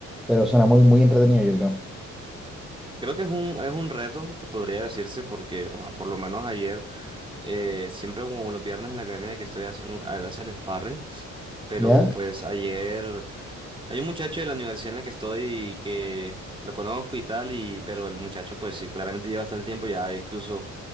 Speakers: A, in the centre; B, on the right.
A: pero suena muy, muy entretenido, yo creo.
B: Creo que es un, es un reto, te podría decirse, porque o sea, por lo menos ayer, eh, siempre como los viernes en la academia que estoy haciendo, un- hacen sparring, pero
A: ¿Ya?
B: pues ayer hay un muchacho de la universidad en la que estoy y que lo conozco y tal, y, pero el muchacho pues sí, claramente lleva bastante tiempo, ya incluso